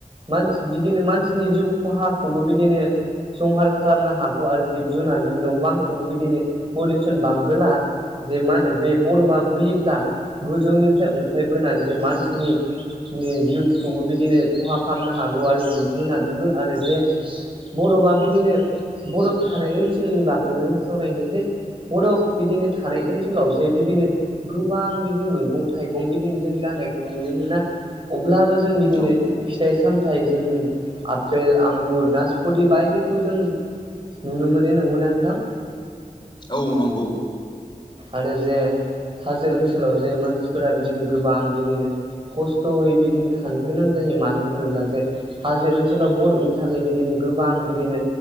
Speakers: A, on the right; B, on the left.
A: मानसि बिदिनो मानसिनि जिउ खहाखौबो बिदिनो संहार खालामनो हागौ आरो जिब जुनारनि न' बांखौबो बिदिनो पलिउसन बांबोला जे मा बे बर'फा गुलिब्ला गोजौनिफ्राय ओंख्लायबोनानै जे मानसिनि नि जिउखौबो बिदिनो खहा खालामनो हागौ आरो जिब जुनानिबो आरो जे बरफआ बिदिनो बरफ थानाय ओनसोलनि बागैबो जों सावरायनो जे बरफ बिदिनो थानाय ओनसोलाव जे बिदिनो गोबां बिदि मैगं थाइगं बिदि जों जानायखौ नुनो मोना अब्लाबो जों बिदिनो
B: औ
A: फिथाइ सामथाइ जों आफेल आंगुर नासपथि बायदिखौ जों नुनो मोनो नंगौना नोंथां
B: औ नंगौ
A: आरो जे हाजो ओनसोलाव जे मानसिफोरा बिदिनो गोबां बिदिनो खस्थ'यै बिदिनो थानो गोनां जायो मानो होनोब्ला जे हाजो ओनसोलाव बर'नि थाखाय बिदिनो गोबां बिदिनो